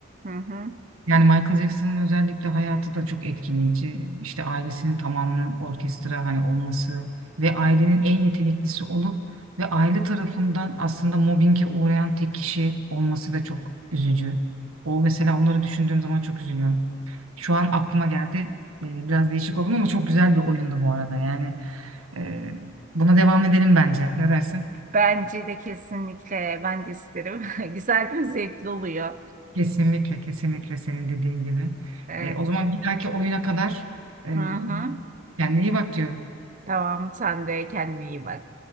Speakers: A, on the right (about 40°); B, on the right (about 90°).
A: hı hı.
B: yani Michael Jackson'ın özellikle hayatı da çok etkileyici. İşte ailesinin tamamının orkestra hani olması ve ailenin en yeteneklisi olup ve aile tarafından aslında mobbinge uğrayan tek kişi olması da çok üzücü. O mesela onları düşündüğüm zaman çok üzülüyorum. Şu an aklıma geldi. Ee, Biraz değişik oldum ama çok güzel bir oyundu bu arada. Yani e, buna devam edelim bence. Ne dersin?
A: Bence de kesinlikle ben de isterim. <laughs> Güzel değil mi? Zevkli oluyor.
B: Kesinlikle, kesinlikle senin dediğin gibi.
A: Evet.
B: E, o zaman bir dahaki oyuna kadar e,
A: Hı hı.
B: kendine iyi bak diyorum.
A: Tamam sen de kendine iyi bak.